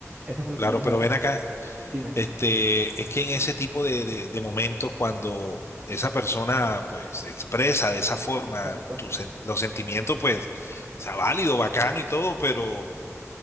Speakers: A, on the right; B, on the left.
A: Eso fue lo
B: claro,
A: que me dijo
B: pero
A: ella.
B: ven acá.
A: Dime.
B: Este, es que en ese tipo de, de, de momentos, cuando esa persona, pues, expresa de esa forma
A: Exacto.
B: tus sen- los sentimientos, pues, está válido, bacano y todo, pero.